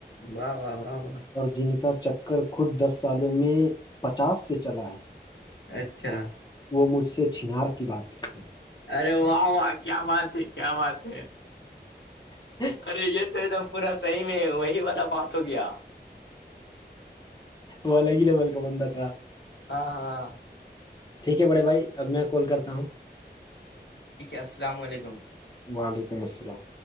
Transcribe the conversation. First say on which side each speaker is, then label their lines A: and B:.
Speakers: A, on the left (about 85°); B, on the left (about 25°).
A: واہ واہ واہ واہ
B: اور جینی کا چکر خود دس سالوں میں پچاس سے چلا ہے
A: اچھا
B: وہ مجھ سے چنار کی بات کرتے ہیں
A: ارے واہ و کیا بات ہے کیا بات ہے
B: ہیں
A: ارے یہ تو ایک دم پورا صحیح میں وہی والا بات ہو گیا
B: وہ الگ ہی ل بول کا بندہ تھا
A: ہاں ہاں
B: ٹھیک ہے بڑے بھائی اب میں کال کرتا ہوں
A: اسلاملیکم
B: والیکماسلام